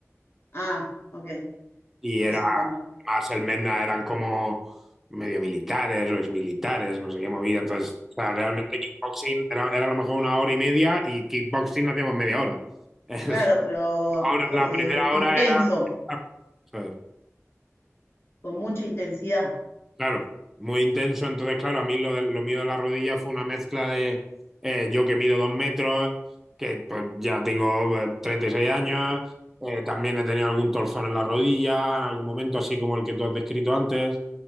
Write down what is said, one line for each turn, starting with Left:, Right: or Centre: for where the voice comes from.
Left: Ah, ok,
Centre: y
Left: sí,
Centre: era
Left: sí, conozco.
Centre: más el Menda, eran como medio militares o exmilitares, no sé qué movida, entonces, o sea, realmente kickboxing era, era a lo mejor una hora y media y kickboxing hacíamos media hora. <laughs>
Left: Claro, pero
Centre: Ahora, la primera
Left: eh,
Centre: hora
Left: intenso,
Centre: era, ¿sabes?
Left: con mucha intensidad,
Centre: Claro, muy intenso. Entonces, claro, a mí lo, de- lo mío de la rodilla fue una mezcla de eh, yo que mido dos metros, que pues, ya tengo eh, 36 años, eh, también he tenido algún torzón en la rodilla, en algún momento, así como el que tú has descrito antes.